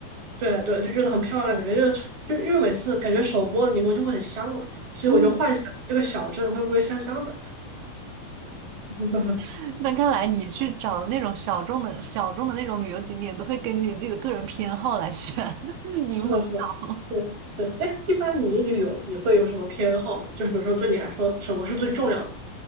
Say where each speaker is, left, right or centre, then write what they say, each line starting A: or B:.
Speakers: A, on the right (about 35°); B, on the right (about 80°).
A: 对对，就觉得很漂亮，感觉就是城就因为每次感觉手摸柠檬就会很香嘛，所以我就幻想这个小镇会不会香香的。
B: 嗯，
A: <laughs>
B: <laughs> 那看来你去找那种小众的、小众的那种旅游景点，都会根据你自己的个人偏好来选，<laughs> 柠檬岛。
A: 是的，是的，对对。哎，一般你旅游你会有什么偏好吗？就是比如说对你来说，什么是最重要的